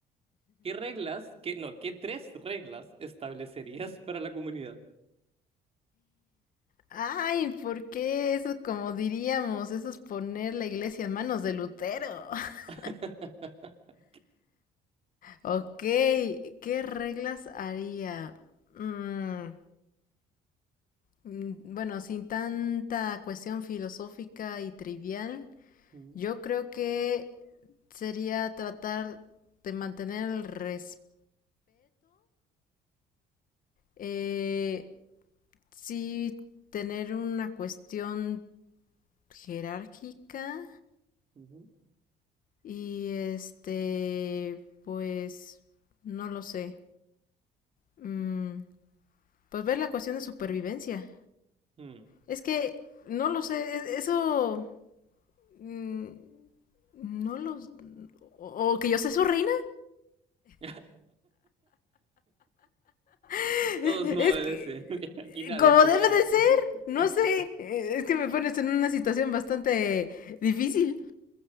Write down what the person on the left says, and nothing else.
Ay, ¿por qué eso, como diríamos, eso es poner la iglesia en manos de Lutero? <laughs>
Ok, ¿qué reglas haría? Mm, Mm, Bueno, sin tanta cuestión filosófica y trivial,
yo creo que sería tratar de mantener el respeto, eh, sí tener una cuestión jerárquica
y este, pues, no lo sé. Mm, pues ver la cuestión de supervivencia.
Es que, no lo sé, e- eso Mm, No los... O que yo sea su reina.
<laughs>
Es
que...
Como
debe
de ser.
No sé. Eh, Es que me pones en una situación bastante difícil.